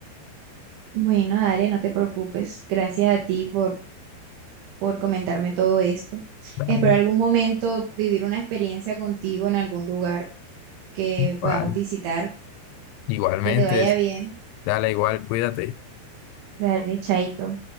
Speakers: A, on the right (about 85°); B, on the left (about 85°).
A: Bueno, dale, no te preocupes. Gracias a ti por, por comentarme todo esto.
B: Dale,
A: Espero algún momento vivir una experiencia contigo en algún lugar que
B: igual.
A: podamos visitar.
B: Igualmente,
A: Que te vaya bien.
B: dale igual, cuídate.
A: Dale, chaito.